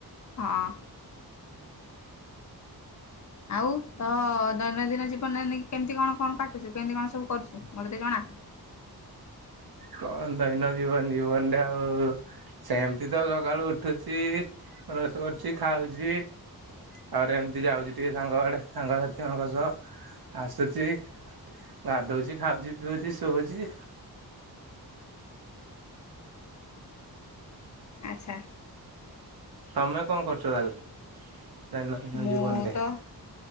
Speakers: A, on the left; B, on the right.
A: ହଁ। ଆଉ ତ, ଦୈନନ୍ଦିନ ଜୀବନରେ କେମିତି କଣ କଣ କାଟୁଛୁ? କେମିତି କଣ ସବୁ କରୁଛୁ? ମୋତେ ଟିକେ ଜଣା।
B: କଣ ଦୈନ ଜୀବନ ଜୀବନରେ ଆଉ ସେମିତି ତ ସକାଳୁ ଉଠୁଚି, ବ୍ରସ କରୁଛି ଖାଉଚି ଆହୁରି ଏମିତି ଯାଉଛି ଟିକେ ସାଙ୍ଗ ଆଡେ, ସାଙ୍ଗସାଥିଙ୍କ ସହ ଆସୁଛି। ଗାଧଉଚି ଖାଉଚି ପିଉଚି ଶୋଉଛି।
A: ଆଛା।
B: ତମେ କଣ କରୁଛ ତାହେଲେ, ଦୈନନ୍ଦିନ
A: ମୁଁ
B: ଜୀବନରେ?
A: ତ